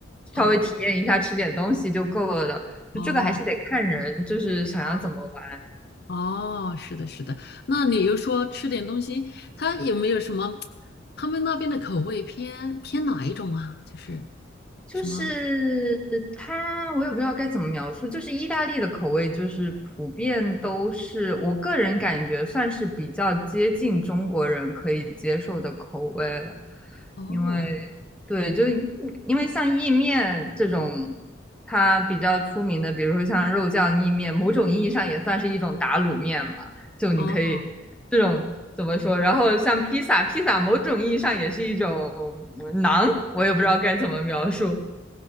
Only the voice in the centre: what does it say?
稍微体验一下，吃点东西就够了的。
就这个还是得看人，就是想要怎么玩。
就是它，
我也不知道该怎么描述。就是意大利的口味，就是普遍都是我个人感觉算是比较接近中国人可以接受的口味了。
因为对，就因为像意面这种，它比较出名的，比如说像肉酱意面，某种意义上也算是一种打卤面嘛。就你可以这种。
怎么说？然后像披萨，披萨某种意义上也是一种馕，我也不知道该怎么描述。